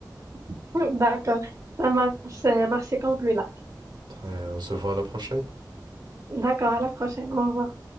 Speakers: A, on the right; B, on the right.
A: <laughs> D'accord, ça marche, marche conclu là.
B: Euh, on se voit à la prochaine.
A: D'accord, à la prochaine. Au revoir.